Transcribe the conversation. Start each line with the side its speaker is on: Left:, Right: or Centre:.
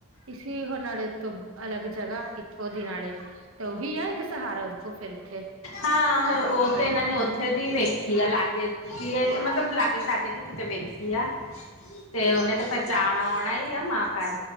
Right: ਇਸੀ ਹੋ ਨਾਲੇ ਉੱਥੋਂ ਅਲੱਗ ਜਗ੍ਹਾ ਇੱਥੋਂ ਦੀ ਹਾਲੇ, ਤੇ ਉਹੀ ਏ ਇੱਕ ਸਹਾਰਾ ਉਹਦੇ ਕੋ ਫਿਰ ਉੱਥੇ।
Left: ਹਾਂ ਹਰ ਉਹ
Right: ਗੱਪਾਂ ਕਰਨੀਆਂ
Left: ਤੇ ਏਹਨਾਂ ਨੇ
Right: ਖਾਣੀਆਂ
Left: ਫਿਰਦੀ ਵੇਖੀ ਆ ਲਾਗੇ ਦੀਏ, ਮਤਲਬ ਲਾਗੇ ਸ਼ਾਗੇ ਦੀ ਕਿਤੇ ਵੇਖੀ ਆ। ਤੇ ਉਹਨੇ ਤੇ ਫੇਰ ਜਾਣਾ ਆਉਣਾ ਹੀ ਆ ਮਾਂ ਕਾਰ।